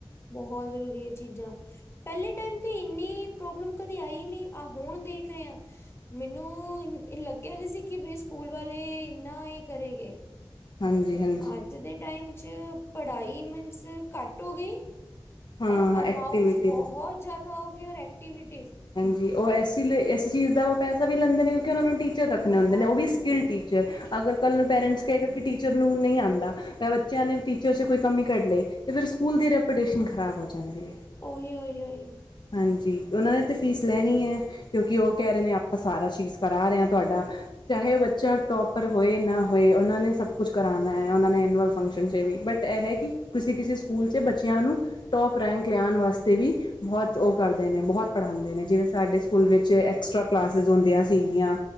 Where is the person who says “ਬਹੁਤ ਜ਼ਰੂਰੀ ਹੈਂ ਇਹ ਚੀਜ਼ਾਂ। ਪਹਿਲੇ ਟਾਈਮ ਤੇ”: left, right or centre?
Left